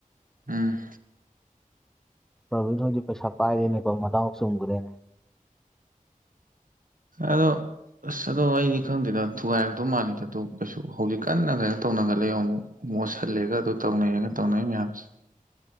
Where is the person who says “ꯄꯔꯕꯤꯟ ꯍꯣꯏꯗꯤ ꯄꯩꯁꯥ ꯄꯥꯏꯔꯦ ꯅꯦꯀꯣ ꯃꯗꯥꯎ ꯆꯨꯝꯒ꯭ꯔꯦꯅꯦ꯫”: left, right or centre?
Centre